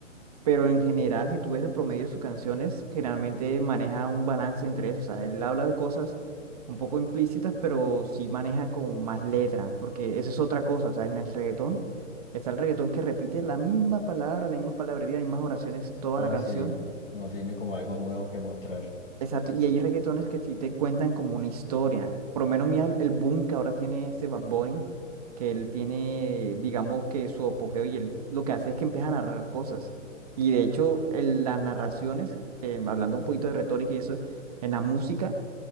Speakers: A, on the right; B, on the left.
A: Pero en general, si tú ves el promedio de sus canciones, generalmente maneja un balance entre eso. O sea, él habla de cosas un poco implícitas, pero sí maneja como más letras, porque esa es otra cosa. O sea, en el reggaetón está el reggaetón que repite la misma palabra, la misma palabrería, las mismas oraciones toda
B: Ah,
A: la canción.
B: sí, no, tiene como algo nuevo que mostrar.
A: Exacto, y hay reggaetones que sí te cuentan como una historia. Por lo menos mira el, el boom que ahora tiene este Bad Bunny, que él tiene, digamos que su apogeo y él lo que hace es que empieza a narrar cosas. Y de hecho, en las narraciones, eh, hablando un poquito de retórica y eso, en la música,